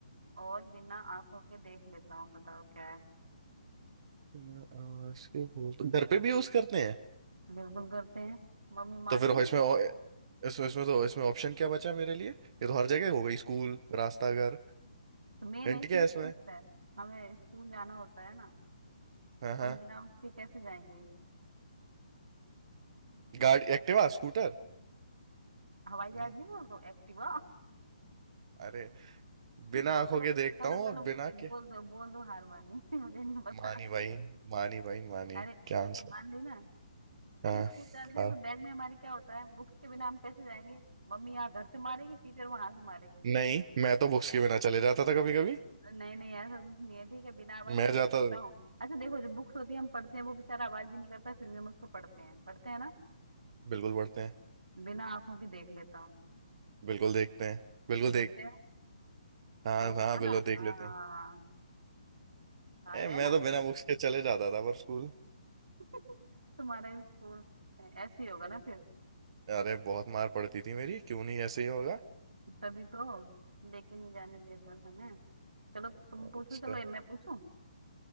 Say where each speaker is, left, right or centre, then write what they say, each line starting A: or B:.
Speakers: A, on the right; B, on the right.
A: और बिना आंखों के देख लेता हूँ बताओ क्या है
B: आवाज के बोल तो घर पे भी यूज करते हैं
A: बिल्कुल करते हैं मम्मी
B: तो
A: मारेगी
B: फिर इसमें इसमें इसमें तो इसमें ऑप्शन क्या बचा मेरे लिए ये तो हर जगह हो गई स्कूल रास्ता घर
A: तो मेन
B: हिंट
A: है इसमें
B: क्या है
A: स्कूल
B: इसमें
A: है हमें स्कूल जाना होता है ना
B: हाँ
A: तो
B: हाँ
A: हम बिना उसके कैसे जाएंगे
B: गाड़ी एक्टिवा स्कूटर
A: हवाई जहाज
B: नहीं
A: नहीं बोल दो एक्टिवा
B: अरे बिना
A: <laughs>
B: आंखों
A: चलो
B: के देखता
A: चलो
B: हूँ
A: चलो
B: और
A: बो-
B: बिना के
A: बोल दो बोल दो हार मानी <laughs> मुझे नहीं पता
B: मानी भाई मानी भाई मानी
A: अरे
B: क्या आंसर
A: मान ली ना अरे
B: हाँ
A: स्कूल जाते हैं
B: हाँ
A: तो बैग में हमारे क्या होता है बुक्स के बिना हम कैसे जाएंगे मम्मी यहाँ घर से मारेगी टीचर वहां से मारेगी
B: नहीं मैं तो बुक्स के बिना चले जाता था कभी कभी
A: नहीं नहीं ऐसा कुछ नहीं है ठीक है बिना आवाज
B: मैं
A: के
B: जाता
A: बोलता हूँ अच्छा देखो जो बुक्स होती है हम पढ़ते हैं वो बेचारा आवाज भी नहीं करता फिर भी हम उसको पढ़ते हैं पढ़ते हैं ना
B: बिल्कुल पढ़ते हैं
A: बिना आंखों के देख लेता हूँ
B: बिल्कुल देखते हैं बिल्कुल
A: देखते
B: देख
A: हैं
B: हाँ
A: तो
B: हाँ
A: हुआ
B: बिल्कुल
A: ना
B: देख
A: हाँ
B: लेते हैं
A: हार
B: ए,
A: गए
B: मैं
A: ना
B: तो बिना बुक्स के चले जाता था पर स्कूल
A: <laughs> तुम्हारा स्कूल ऐ- ऐसे ही होगा ना फिर
B: अरे बहुत मार पड़ती थी मेरी क्यों नहीं ऐसे ही होगा
A: तभी तो लेके नहीं जाने देता था ना चलो तुम
B: अच्छा
A: पूछो चलो ये मैं पूछूं